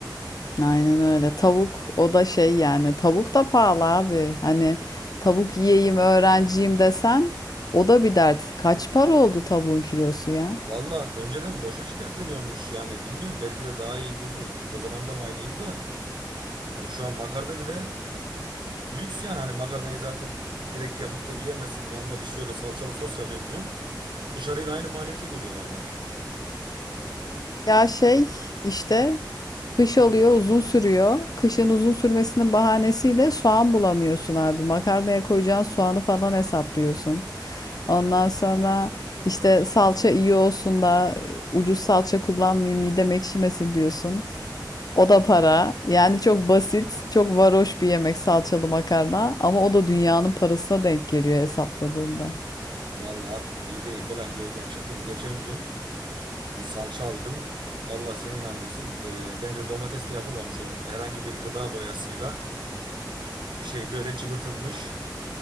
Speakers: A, on the left (about 55°); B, on the right (about 75°).
A: Aynen öyle. Tavuk o da şey yani. Tavuk da pahalı abi. Hani tavuk yiyeyim öğrenciyim desen o da bir dert. Kaç para oldu tavuğun kilosu ya?
B: Valla önceden boşa şikayetleniyormuş yani bilmiyorum belki de daha iyiydi mi? O zaman da mı aynıydı da hani şu an makarna bile e, lüks yani hani makarnayı zaten direkt yapıp da yiyemezsin yanına bir şöyle salçalı sos yapayım diyorsun. Dışarıyla aynı maliyete geliyor valla.
A: Öyle. Ya şey işte kış oluyor uzun sürüyor. Kışın uzun sürmesinin bahanesiyle soğan bulamıyorsun abi. Makarnaya koyacağın soğanı falan hesaplıyorsun. Ondan sonra işte salça iyi olsun da e, ucuz salça kullanmayayım midem ekşimesin diyorsun. O da para. Yani çok basit, çok varoş bir yemek salçalı makarna ama o da dünyanın parasına denk geliyor hesapladığında.
B: Valla artık mideyi falan gözden çıktım. Geçen gün bir salça aldım. Allah seni inandırsın. E, bence domatesle yapılmamış o herhangi bir gıda boyasıyla bir şey böyle cıvıtılmış.